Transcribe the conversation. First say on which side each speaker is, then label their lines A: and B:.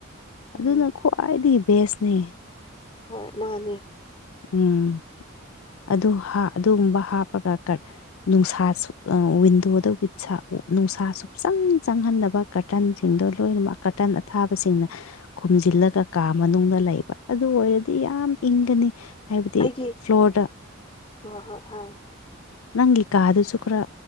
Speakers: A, on the left (about 80°); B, on the left (about 25°).
A: ꯑꯗꯨꯅ
B: ꯎꯝ
A: ꯈ꯭ꯋꯥꯏꯗꯒꯤ ꯕꯦꯁꯅꯦ
B: ꯍꯣꯏ ꯃꯥꯅꯦ
A: ꯎꯝ ꯑꯗꯨ ꯑꯗꯨꯒꯨꯝꯕ ꯍꯥꯞꯄꯒ ꯀ ꯅꯨꯡꯁꯥꯁꯨ ꯋꯤꯟꯗꯣꯗ ꯋ ꯅꯨꯡꯁꯥ ꯁꯨꯞꯆꯪ ꯆꯪꯍꯟꯅꯕ ꯀꯔꯇꯟ ꯁꯤꯡꯗꯣ ꯂꯣꯏꯅꯃꯛ ꯀꯥꯔꯇꯟ ꯑꯊꯥꯕꯁꯤꯡꯅ ꯈꯨꯝꯖꯤꯜꯂꯒ ꯀꯥ ꯃꯅꯨꯡꯗ ꯂꯩꯕ ꯑꯗꯨ ꯑꯣꯏꯔꯗꯤ ꯌꯥꯝ ꯏꯪꯒꯅꯤ ꯍꯥꯏꯕꯗꯤ
B: ꯑꯩꯒꯤ
A: ꯐ꯭ꯂꯣꯔꯗ
B: ꯍꯣꯏ ꯍꯣꯏ ꯍꯣꯏ
A: ꯅꯪꯒꯤ ꯀꯥꯗꯨꯁꯨ ꯈꯔ